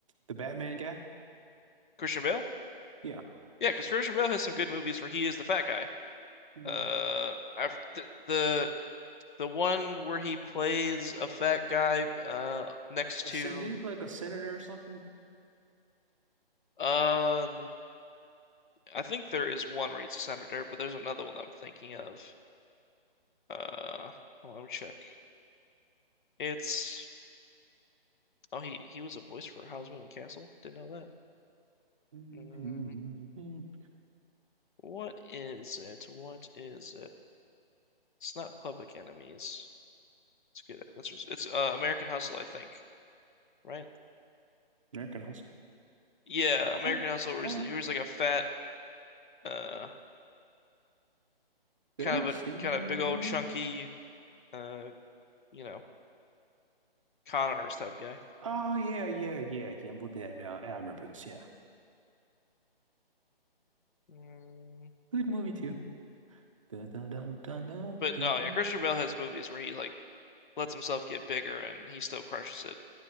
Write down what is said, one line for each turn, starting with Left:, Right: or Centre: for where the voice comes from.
Right: the Batman guy.
Left: Christian Bale.
Right: Yeah.
Left: Yeah, because Christian Bale has some good movies where he is the fat guy.
Right: hmm
Left: Uh, I've, the, the the one where he plays a fat guy uh next
Right: A
Left: to
Right: sen did he play like a senator or something?
Left: uh I think there is one where he's a senator, but there's another one that I'm thinking of. Uh, hold on, let me check. It's oh he he was a voice for Howl's Moving Castle. Didn't know that.
Right: hmm
Left: Mm, what is it? What is it? It's not Public Enemies. It's good. That's just, it's uh, American Hustle, I think, right?
Right: American Hustle.
Left: Yeah, American
Right: I,
Left: Hustle. Where
Right: I,
Left: he's, he was like a fat, uh, kind
Right: I've
Left: of a
Right: seen
Left: kind
Right: him?
Left: of big old chunky, uh, you know, con artist type guy.
Right: Oh yeah, yeah, yeah, yeah. I'm looking at it now. Yeah, I remember this. Yeah,
Left: Mm.
Right: good movie too. Dun, dun, dun, dun, dun,
Left: But
Right: dun,
Left: no,
Right: dun.
Left: yeah, Christian Bale has movies where he like lets himself get bigger and he still crushes it.